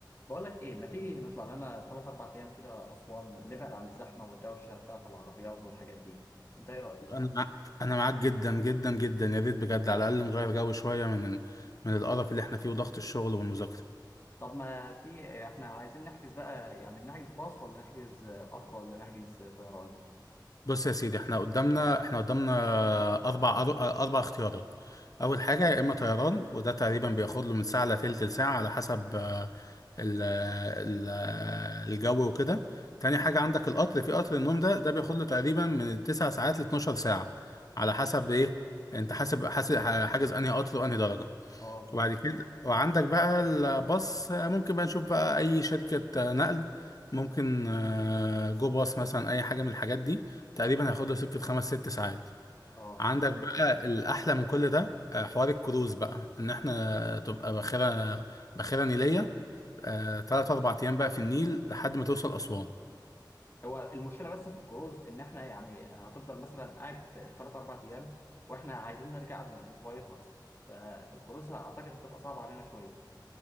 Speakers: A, on the left (about 30°); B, on the left (about 50°).
A: بقول لك ايه ما تيجي نطلع لنا 3 4 ايام كده اسوان نبعد عن الزحمه والدوشه بتاعه العربيات والحاجات دي انت ايه رايك
B: انا معاك انا معاك جدا جدا جدا يا ريت بجد على الاقل نغير جو شويه من من القرف اللي احنا فيه وضغط الشغل والمذاكره
A: طب ما تيجي احنا عايزين نحجز بقى يعني نحجز باص ولا نحجز قطر ولا نحجز طيران
B: بص يا سيدي احنا قدامنا احنا قدامنا اربع أر- اربع اختيارات اول حاجه يا اما طيران وده تقريبا بياخد له من ساعه لتلت ساعه على حسب آه، ال ال الجو وكده تاني حاجه عندك القطر في قطر النوم ده ده بياخد له تقريبا من 9 ساعات ل 12 ساعه على حسب ايه انت حاسب حاسب حاجز انهي قطر وانهي درجه
A: اه
B: وبعد كده وعندك بقى الباص ممكن بقى نشوف بقى اي شركة نقل ممكن آه، جو باص مثلا اي حاجة من الحاجات دي تقريبا هياخد له سكة خمس ست ساعات
A: اه
B: عندك بقى الاحلى من كل ده آه، حوار الكروز بقى ان احنا تبقى باخرة باخرة نيلية آه، تلات اربع ايام بقى في النيل لحد ما توصل اسوان
A: هو المشكله بس في الكروز ان احنا يعني هتفضل مثلا قاعد في 3 4 ايام واحنا عايزين نرجع قبل ما الاسبوع يخلص فالكروز اعتقد هتبقى صعبه علينا شويه